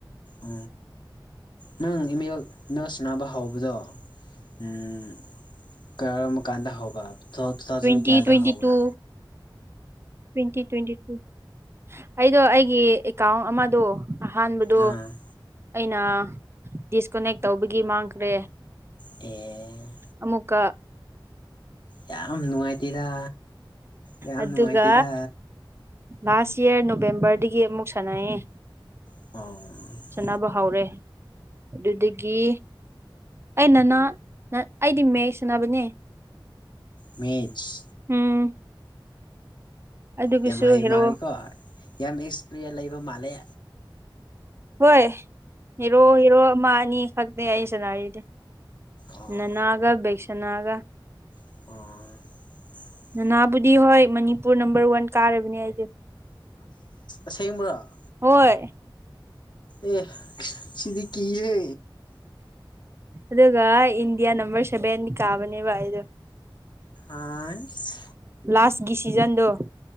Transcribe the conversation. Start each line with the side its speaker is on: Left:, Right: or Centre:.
Left: ꯎ ꯅꯪ ꯏꯃꯦꯦꯜ ꯏꯅ ꯁꯅꯕ ꯍꯥꯎꯕꯗꯣ ꯎꯝ ꯀꯔ ꯀꯥꯟꯗ ꯍꯕ ꯊꯣ ꯊꯖꯟ
Right: ꯇ꯭ꯋꯦꯟꯇꯤ
Left: ꯀꯌꯥꯗ
Right: ꯇ꯭ꯋꯦꯟꯇꯤ
Left: ꯍꯧꯔꯥ
Right: ꯇꯨ ꯇ꯭ꯋꯦꯟꯇꯤ ꯇ꯭ꯋꯦꯟꯇꯤ ꯇꯨ ꯑꯩꯗꯣ ꯑꯩꯒꯤ ꯑꯦꯀꯥꯎꯟ ꯑꯃꯗꯣ ꯑꯍꯥꯟꯕꯗꯣ
Left: ꯑꯥ
Right: ꯑꯩꯅ ꯗꯤꯁꯀꯅꯦꯛ ꯇꯧꯕꯒꯤ ꯃꯥꯡꯈ꯭ꯔꯦ
Left: ꯑꯦ
Right: ꯑꯃꯨꯀ
Left: ꯌꯥꯝ ꯅꯨꯡꯉꯥꯏꯇꯦꯔ ꯌꯥꯝ
Right: ꯑꯗꯨꯒ
Left: ꯅꯨꯡꯉꯥꯏꯇꯦꯔ
Right: ꯂꯥꯁ ꯌꯌꯥꯔ ꯅꯣꯕꯦꯝꯕꯔꯗꯒꯤ ꯑꯃꯨꯛ ꯁꯥꯟꯅꯑ
Left: ꯑꯥꯎ
Right: ꯁꯥꯟꯅꯕ ꯍꯧꯔꯦ ꯑꯗꯨꯗꯒꯤ ꯑꯩ ꯅꯅꯥ ꯑꯩꯗꯤ ꯃꯌꯦꯛ ꯁꯅꯕꯅꯦ
Left: ꯃꯤꯦꯆ
Right: ꯎꯝ ꯑꯗꯨꯒꯤꯁꯨ
Left: ꯌꯥꯝ ꯍꯩ
Right: ꯍꯦꯔꯣ
Left: ꯃꯥꯥꯟꯜꯂꯤꯀꯣ ꯌꯥꯝ ꯑꯦꯛꯁꯄꯔꯤꯟ ꯂꯩꯕ ꯃꯥꯜꯂꯦ
Right: ꯍꯣꯏ ꯍꯦꯔꯣ ꯍꯦꯔꯣ ꯑꯃ ꯑꯅꯤ ꯈꯛꯇꯦ ꯑꯩ ꯁꯥꯟꯅꯔꯤꯗꯤ
Left: ꯑꯣ
Right: ꯅꯅꯥꯒ ꯕꯁꯅꯥꯒ
Left: ꯑꯣ
Right: ꯅꯅꯥꯕꯨꯗꯤ ꯍꯣꯏ ꯃꯅꯤꯄꯨꯔ ꯅꯝꯕꯔ ꯋꯥꯟ ꯀꯥꯔꯕꯅꯦ ꯑꯩꯗꯤ
Left: ꯁꯦꯃ꯭ꯔꯥ
Right: ꯍꯣꯏ
Left: ꯑꯦ ꯁꯤꯗꯤ ꯀ ꯍꯦ
Right: ꯑꯗꯨꯒ ꯏꯟꯗꯤꯌꯥ ꯅꯝꯕꯔ ꯁꯚꯦꯟ ꯀꯥꯕꯅꯦꯕ ꯑꯩꯗꯣ
Left: ꯑꯥꯏꯁ
Right: ꯂꯥꯁꯀꯤ ꯁꯤꯖꯟꯗꯣ